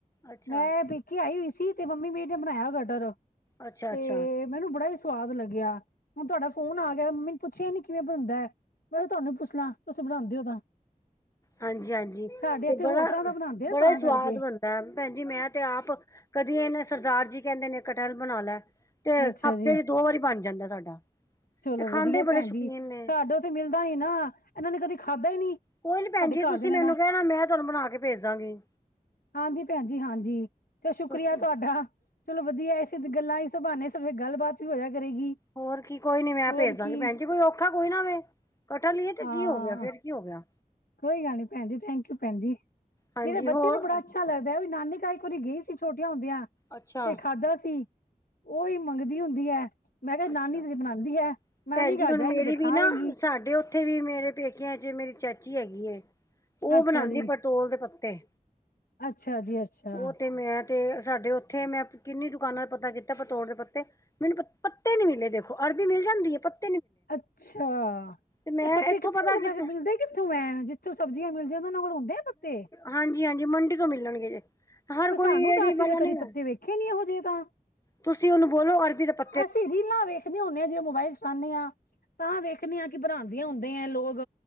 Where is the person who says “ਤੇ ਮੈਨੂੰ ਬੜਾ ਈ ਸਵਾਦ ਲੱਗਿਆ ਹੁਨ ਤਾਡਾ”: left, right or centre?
Left